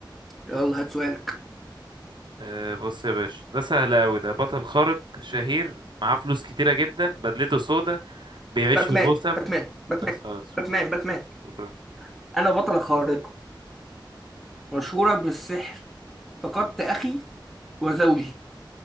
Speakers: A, in the centre; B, on the right.
A: يلا هات سؤالك
B: أه بص يا باشا ده سهل قوي ده بطل خارق شهير معاه فلوس كتيرة جدا بدلته سودا بيعيش
A: باتمان
B: في غوثم
A: باتمان باتمان
B: بس خلاص شكرا
A: باتمان باتمان
B: شكرا
A: انا بطلة خارقة مشهورة بالسحر فقدت اخي وزوجي